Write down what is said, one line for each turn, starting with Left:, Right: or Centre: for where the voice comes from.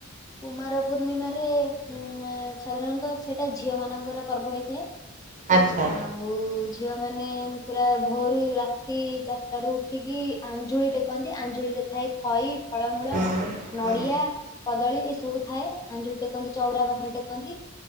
Left: କୁମାର ପୂର୍ଣ୍ଣିମାରେ ଉ ସାଧାରଣତଃ ସେଇଟା ଝିଅ ମାନଙ୍କର ପର୍ବ ହେଇଥାଏ।
Right: ଆଚ୍ଛା ଆଚ୍ଛା
Left: ଆଉ ଆଉ ଝିଅମାନେ ପୁରା ଭୋରୁ ରାତି ଚା ଚାଟା ରୁ ଉଠିକି ଆଞ୍ଜୁଳି ଟେକନ୍ତି ଆଞ୍ଜୁଳିରେ ଥାଏ ଖଇ ଫଳମୂଳ
Right: ହୁଁ
Left: ନଡିଆ,
Right: ହୁଁ
Left: କଦଳୀ ଏ ସବୁ ଥାଏ ଆଞ୍ଜୁଳି ଟେକନ୍ତି ଚଉରା ପାଖେରେ ଟେକନ୍ତି।